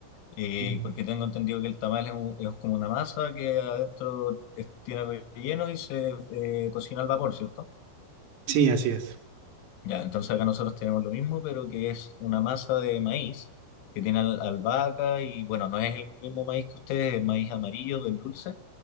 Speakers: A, on the left; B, on the right.
A: Eh,
B: Ujú.
A: porque tengo entendido que el tamal es, un- es como una masa que adentro es- tiene relleno y se eh, cocina al vapor, ¿cierto?
B: Sí, así es.
A: Ya, entonces acá nosotros tenemos lo mismo, pero que es una masa de maíz que tiene al- albahaca y bueno, no es el mismo maíz que ustedes, es maíz amarillo del dulce.